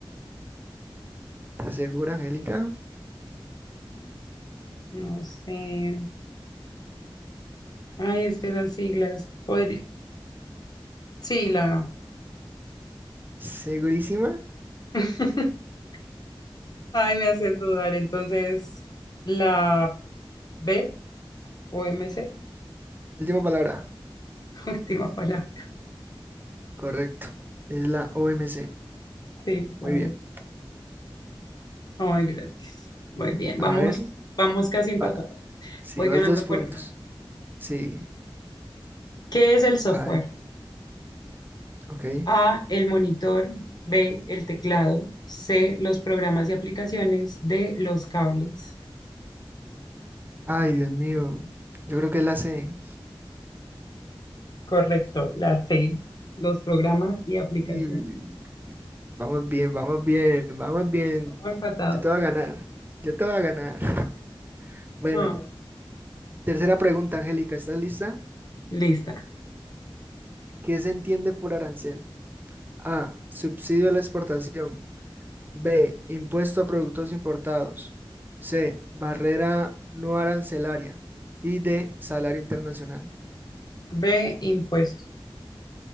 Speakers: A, on the right; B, on the left.
A: ¿Estás segura, Angélica?
B: No sé. Ay, es que las siglas. Podri- Sí, la.
A: ¿Segurísima?
B: <laughs> Ay, me haces dudar. Entonces, la B o M C
A: Última palabra.
B: <laughs> última palabra.
A: Correcto. Es la OMC.
B: Sí, la
A: Muy
B: B.
A: bien.
B: Ay, gracias. Muy bien,
A: A
B: vamos,
A: ver,
B: vamos casi empatados.
A: va- sí,
B: Voy
A: vas
B: ganando
A: dos puntos.
B: por uno.
A: Sí.
B: ¿Qué es el software?
A: A ver, ok.
B: A, el monitor. B, el teclado. C, los programas y aplicaciones. D, los cables.
A: Ay, Dios mío. Yo creo que es la C.
B: Correcto, la C, los programas y aplicaciones.
A: Y- y- Vamos bien, vamos bien, vamos bien.
B: Bien, vamos empatados.
A: Yo te voy a ganar, yo te voy a ganar. Bueno,
B: Mm,
A: tercera pregunta, Angélica, ¿estás lista?
B: lista.
A: ¿Qué se entiende por arancel? A, subsidio a la exportación. B, impuesto a productos importados. C, barrera no arancelaria. Y D, salario internacional.
B: B, impuesto.